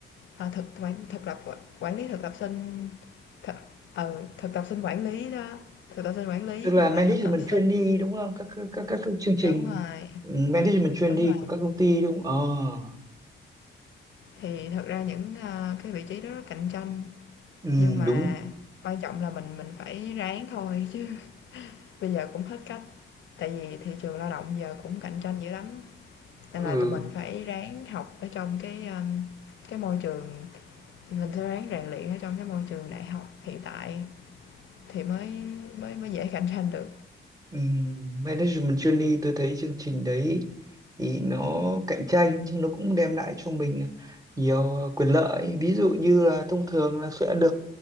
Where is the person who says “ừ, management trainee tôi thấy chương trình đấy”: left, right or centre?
Right